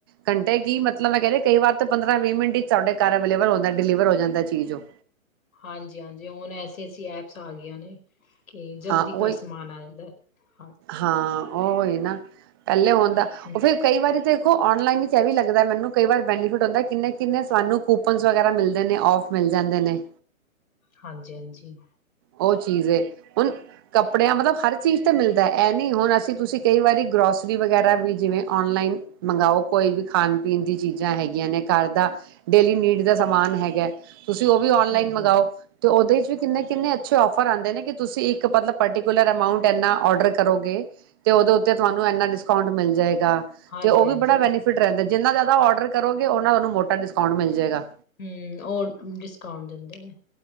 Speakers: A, on the right; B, on the left.
A: ਘੰਟੇ ਇ ਕੀ ਮਤਲਬ ਮੈਂ ਕਹਿੰਦੇ ਕਈ ਵਾਰ ਤੇ ਪੰਦਰਾਂ ਵੀਹ ਮਿੰਟ ਤੁਹਾਡੇ ਘਰ ਅਵੇਲੇਬਲ ਹੁੰਦਾ ਡਿਲੀਵਰ ਹੋ ਜਾਂਦਾ ਚੀਜ਼ ਉਹ।
B: ਹਾਂਜੀ-ਹਾਂਜੀ, ਹੁਣ ਐਸੀ-ਐਸੀ ਐਪਸ ਆ ਗਈਆਂ ਨੇ ਕੇ ਜਲਦੀ
A: ਹਾਂ ਉਹੀ
B: ਘਰ ਸਮਾਨ ਆ ਜਾਂਦਾ ਏ।
A: ਹਾਂ ਉਹ ਹੀ ਨਾ <inaudible> ਪਹਿਲੇ ਹੋਣਦਾ
B: ਹੂੰ
A: ਉਹ ਫੇਰ ਕਈ ਵਾਰੀ ਦੇਖੋ ਔਨਲਾਈਨ ਵੀ ਲੱਗਦਾ ਮੈਨੂੰ ਕਈ ਵਾਰ ਬੈਨੀਫਿਟ ਹੁੰਦਾ ਕਿੰਨੇ ਕਿੰਨੇ ਸਾਨੂੰ ਕੂਪਨ ਵਗੈਰਾ ਮਿਲਦੇ ਨੇ ਔਫ ਮਿਲ ਜਾਂਦੇ ਨੇ।
B: ਹਾਂਜੀ-ਹਾਂਜੀ।
A: ਉਹ ਚੀਜ਼ ਏ ਹੁਣ ਕੱਪੜਿਆਂ ਮਤਲਬ ਹਰ ਹਰ ਚੀਜ਼ ਤਾਂ ਮਿਲਦਾ ਇਹ ਨੀ ਹੁਣ ਅਸੀਂ ਤੁਸੀਂ ਕਈ ਵਾਰੀ ਗਰੋਸਰੀ ਵਗੈਰਾ ਵੀ ਜਿਵੇਂ ਓਨਲਾਈਨ ਮੰਗਓ ਕੋਈ ਵੀ ਖਾਣ ਪੀਣ ਦੀ ਚੀਜ਼ਾਂ ਹੈਗੀਆਂ ਨੇ ਘਰ ਦਾ ਡੇਲੀ ਨੀਡ ਦਾ ਸਮਾਨ ਹੈਗਾ। ਤੁਸੀਂ ਉਹ ਵੀ ਔਨਲਾਈਨ
B: ਹਾਂਜੀ
A: ਮੰਗਾਓ। ਤੇ ਉਹਦੇ ਵਿੱਚ ਵੀ ਕਿੰਨੇ ਕਿੰਨੇ ਅੱਛੇ ਔਫਰ ਆਉਂਦੇ ਨੇ ਕਿ ਤੁਸੀਂ ਇੱਕ ਮਤਲਬ ਪਰਟੀਕੁਲਰ ਅਮਾਊਂਟ ਇੰਨਾ ਔਡਰ ਕਰੋਗੇ ਤੇ ਉਹਦੇ ਉੱਤੇ ਤੁਹਾਨੂੰ ਇਨਾ ਡਿਸਕਾਊਂਟ ਮਿਲ ਜਾਏ ਗਾ
B: ਹਾਂਜੀ
A: ਤੇ ਉਹ ਵੀ
B: ਹਾਂਜੀ
A: ਬੜਾ ਬੈਨੀਫਿਟ ਰਹਿੰਦਾ। ਜਿੰਨਾ ਜ਼ਿਆਦਾ ਔਡਰ ਕਰੋਗੇ ਉਹਨਾਂ ਤੁਹਾਨੂੰ ਮੋਟਾ ਡਿਸਕਾਊਂਟ ਮਿਲ ਜੇਗਾ।
B: ਹਮ ਉਹ ਡਿਸਕਾਊਂਟ ਦਿੰਦੇ ਨੇ।